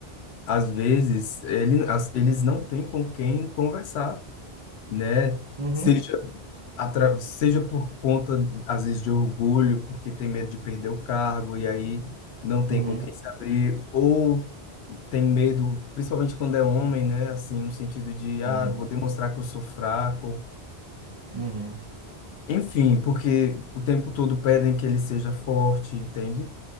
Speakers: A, on the left (about 75°); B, on the right (about 35°).
A: às vezes ele, as- eles não têm com quem conversar, né?
B: Uhum,
A: Seja, atra, seja por conta, às vezes, de orgulho, porque tem medo de perder o cargo e aí não tem
B: uhum,
A: com quem se abrir, ou tem medo, principalmente quando é homem, né? Assim, no sentido de, ah,
B: uhum,
A: vou demonstrar que eu sou fraco.
B: uhum,
A: Enfim, porque o tempo todo pedem que ele seja forte, entende?